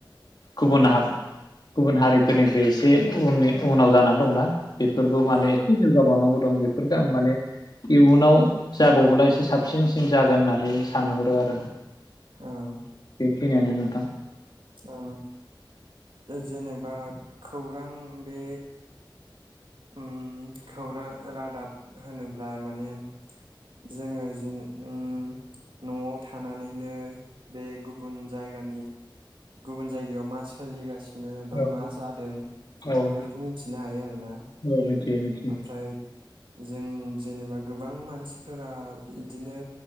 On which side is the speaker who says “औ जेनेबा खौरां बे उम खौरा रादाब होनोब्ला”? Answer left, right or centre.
Right